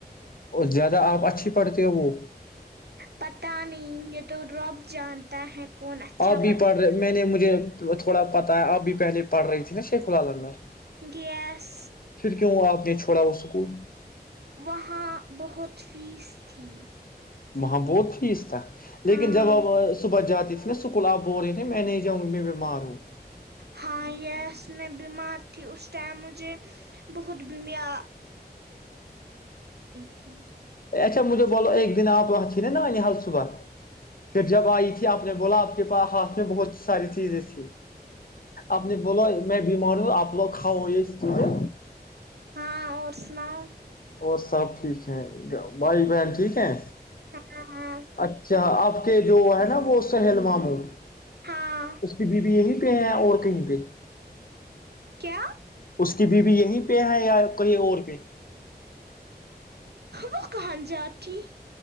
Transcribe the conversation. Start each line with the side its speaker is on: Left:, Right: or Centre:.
Left: زیادہ آپ اچھی پڑھتے ہو وہ
Right: پت نہیں یہ تو رب جانتا ہے کون اچھا
Left: آپ بھی پڑھ رہے میں نے مجھے تھوڑا پتا ہے آپ بھی پہلے پڑھ رہی تھی نا شیخعال میں
Right: گیس
Left: پھر کیوں ہوا آپ نے چھوڑا وہ اسکول
Right: وہاں بہت فیس تھی
Left: وہاں بہت فیس تھا
Right: ہاں
Left: لیکن جب اب صبح جاتی کول آپ بول رہے تھے میں نہیں جؤں گی میں بیمار ہوں
Right: ہاں یس میں بیمار تھی اس ٹائم مجھے بہت بمیا تھی
Left: اچھا مجھے بولو ایک دن آپ ن ن میں نے حل صبح پھر جب آئی تھی آپ نے بولا آ کے پاس ہاتھ میں بہت ساری چیزیں تھھی آپ نے بو میں بیمار ہوں آپ لوگ کاؤ یہ چیزیں
Right: ہاں اور سناؤ
Left: اور سب ٹھیک ہے بھائی بہن ٹھیک ہے
Right: ہاں
Left: اچھا آپ کے جو ہے نا وہ سہلواموں
Right: ہاں
Left: اس کی بیوی یہیں پہ ہے اور کہیں پہ
Right: کیا
Left: اس کی بیوی یہیں پہ ہے یا کہیں اور پہ
Right: وہ کہاں جاتی